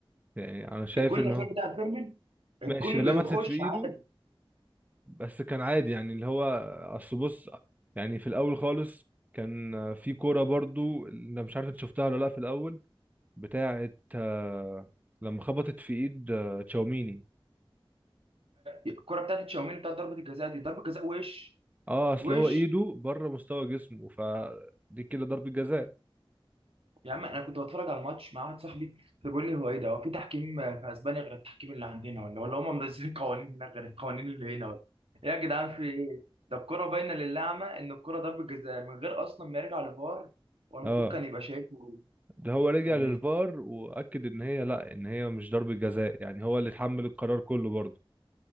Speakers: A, on the right; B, on the right.
A: يعني انا شايف
B: الجول
A: ان
B: الاخير
A: هو
B: بتاع فيرمين الجول
A: ماشي لمست
B: خش
A: في ايده
B: عادي
A: بس كان عادي يعني اللي هو اصل بص يعني في الاول خالص كان في كوره برضو انا مش عارف انت شفتها ولا لا في الاول بتاعه آه، لما خبطت في ايد آه، تشاوميني
B: الكره بتاعت تشاوميني بتاعت ضربه الجزاء دي ضربه جزاء وش
A: اه اصل
B: وش
A: هو ايده بره مستوى جسمه فدي كده ضربة جزاء
B: يا عم انا كنت بتفرج على الماتش مع واحد صاحبي فبيقول لي هو ايه ده هو في تحكيم في اسبانيا غير التحكيم اللي عندنا ولا ولا هم منزلين قوانين هناك غير القوانين اللي هنا ولا إيه يا جدعان في ايه ده الكرة باينة للأعمى إن الكرة ضربة جزاء من غير أصلا ما يرجع لفار والمفروض
A: اه
B: كان يبقى شايفه
A: ده هو رجع
B: يعني
A: للفار واكد ان هي لا ان هي مش ضربة جزاء يعني هو اللي اتحمل القرار كله برضه